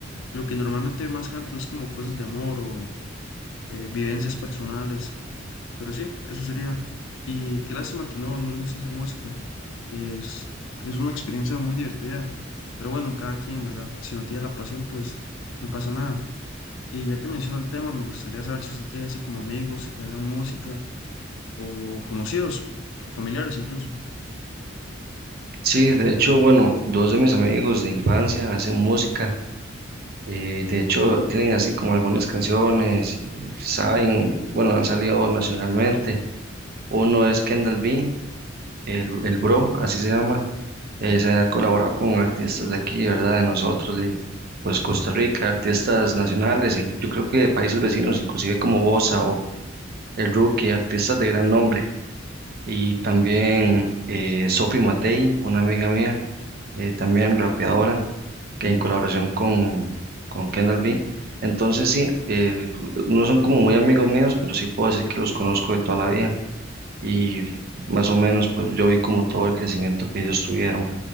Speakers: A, on the left; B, on the right.
A: Lo que normalmente más canto es como cosas de amor o eh, vivencias personales. Pero sí, eso sería. Y qué lástima que no, no le gusta hacer música. Es, es una experiencia muy divertida. Pero bueno, cada quien, ¿verdad? Si no tiene la pasión, pues no pasa nada. Y ya que menciona el tema, me gustaría saber si usted tiene así como amigos que hagan música o conocidos o familiares incluso.
B: Sí, de hecho, bueno, dos de mis amigos de infancia hacen música. eh, de hecho, tienen así como algunas canciones y saben, bueno, han salido nacionalmente. Uno es Kendall B, el, el Bro, así se llama. Eh, se ha colaborado con artistas de aquí, ¿verdad? De nosotros, de pues Costa Rica, artistas nacionales, e yo creo que de países vecinos, inclusive como Bosa o El Rookie, artistas de gran nombre. Y también eh, Sophie Matei, una amiga mía, eh, también rapeadora, que en colaboración con, con Kendall B. Entonces sí, eh, no son como muy amigos míos, pero sí puedo decir que los conozco de toda la vida y más o menos pues yo vi como todo el crecimiento que ellos tuvieron.